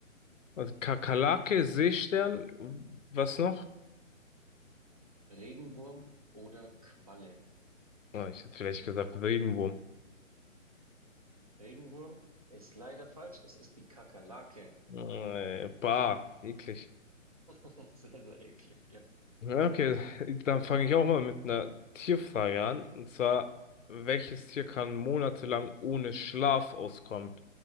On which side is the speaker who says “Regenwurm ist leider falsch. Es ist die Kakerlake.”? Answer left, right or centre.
Right